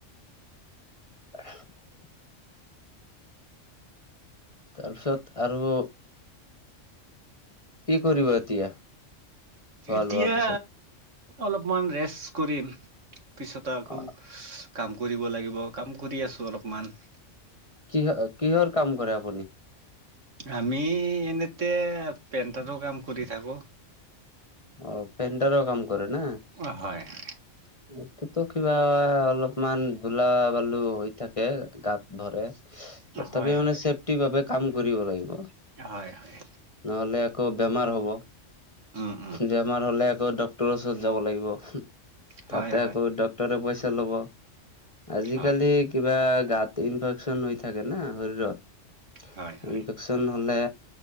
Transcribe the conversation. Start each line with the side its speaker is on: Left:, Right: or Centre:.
Left: <inaudible> তাৰপিছত আৰু কি কৰিব এতিয়া? খোৱা
Right: এতিয়া
Left: লোৱাৰ পিছত?
Right: অলপমান ৰেষ্ট কৰিম, পিছত আকৌ
Left: অ
Right: কাম কৰিব লাগিব, কাম কৰি আছোঁ অলপমান।
Left: কিহৰ, কিহৰ কাম কৰে আপুনি?
Right: আমি এনেতে পেইণ্টাৰৰ কাম কৰি থাকোঁ।
Left: অ', পেইণ্টাৰৰ কাম কৰে না?
Right: অ', হয়, হয়।
Left: এইটোতো কিবা অলপমান ধূলা-বালু হৈ থাকে গাত। ধৰে, তথাপি
Right: হয়,
Left: মানে
Right: হয়,
Left: চেফটি বাবে কাম কৰিব লাগিব।
Right: হয়, হয়।
Left: নহ'লে আকৌ বেমাৰ হ'ব।
Right: উম, উম,
Left: বেমাৰ হলে আকৌ ডাক্টৰ ওচৰত যাব লাগিব।
Right: হয়,
Left: তাতে
Right: হয়,
Left: আকৌ ডাক ডাক্টৰে পইচা লব। আজিকালি
Right: হয়,
Left: কিবা গাত ইনফেকচন হৈ থাকে না, শৰীৰত
Right: হয়, হয়।
Left: ইনফেকচন হলে